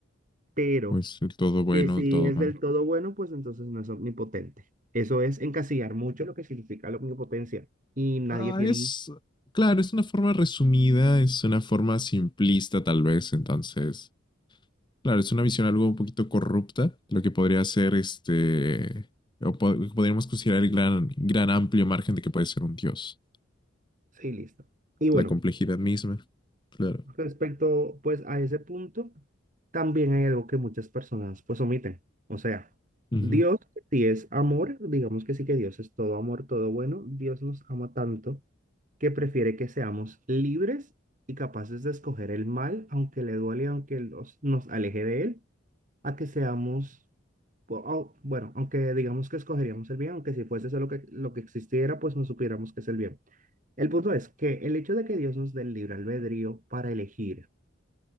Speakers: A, on the right; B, on the left.
A: pero
B: pues el todo bueno,
A: que si
B: todo
A: es
B: mal.
A: del todo bueno, pues entonces no es omnipotente. Eso es encasillar mucho lo que significa la omnipotencia y nadie
B: Ah,
A: tiene
B: es,
A: un...
B: claro, es una forma resumida, es una forma simplista tal vez, entonces, claro, es una visión algo un poquito corrupta, lo que podría ser este, o pod podríamos considerar el gran, gran amplio margen de que puede ser un dios.
A: Sí, listo. Y bueno,
B: la complejidad misma. Claro,
A: Respecto, pues, a ese punto, también hay algo que muchas personas, pues, omiten. O sea,
B: Ujú,
A: Dios, si es amor, digamos que sí que Dios es todo amor, todo bueno, Dios nos ama tanto que prefiere que seamos libres y capaces de escoger el mal, aunque le duele, aunque nos, nos aleje de él, a que seamos, o- o, bueno, aunque digamos que escogeríamos el bien, aunque si fuese eso lo que, lo que existiera, pues no supiéramos que es el bien. El punto es que el hecho de que Dios nos dé el libre albedrío para elegir,